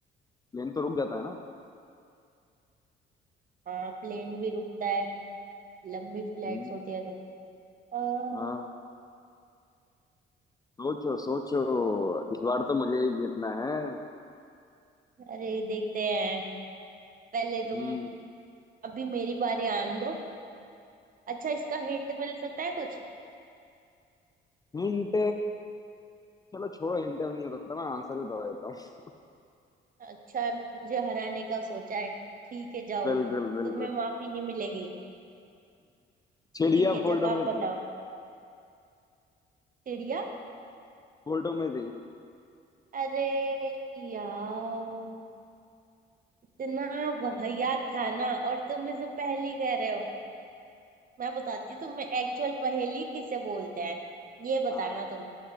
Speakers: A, on the left; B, on the right.
A: प्लेन तो रुक जाता है ना
B: हाँ प्लेन भी रुकता है लंबी फ्लाइट्स
A: हम्म
B: होती है तो आ,
A: हाँ सोचो सोचो इस बार तो मुझे ही जीतना है
B: अरे देखते हैं पहले तुम
A: हम्म
B: अभी मेरी बारी आने दो अच्छा इसका हिंट मिल सकता है कुछ
A: हिंट चलो छोड़ो हिंट नहीं होता था मैं आंसर ही बता देता हूँ
B: अच्छा मुझे हराने का सोचा है ठीक है जाओ
A: बिल्कुल बिल्कुल
B: तुम्हें माफी नहीं मिलेगी
A: चिड़िया
B: ठीक है
A: फोटो
B: जवाब
A: में
B: बताओ
A: थी
B: चिड़िया
A: फोटो में थी
B: अरे यार इतना वाहियात था ना और तुम इसे पहेली कह रहे हो मैं बताती हूँ तुम्हें एक्चुअल पहेली किसे बोलते हैं ये बताना
A: हाँ
B: तुम